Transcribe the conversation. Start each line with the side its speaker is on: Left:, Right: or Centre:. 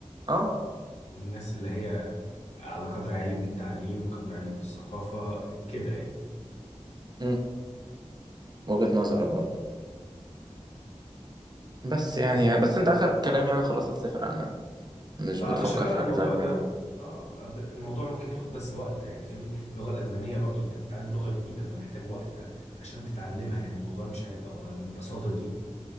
Right: اه
Left: الناس اللي هي على قدر عالي من التعليم قدر عالي من الثقافة كده يعني
Right: امم وجهة نظر برضه بس يعني
Left: مم.
Right: بس انت اخر كلام يعني خلاص هتسافر المانيا مش
Left: اه
Right: بتفكر
Left: انا شغال
Right: في
Left: على
Right: حاجة
Left: الموضوع
Right: تانية
Left: ده
Right: يعني
Left: اه ب- الموضوع ممكن ياخد بس وقت يعني فاهمني اللغه الالمانيه برضو انت بتتعلم لغه جديده فمحتاج وقت عشان تتعلمها يعني الموضوع مش هيبقى ب- بالبساطه دي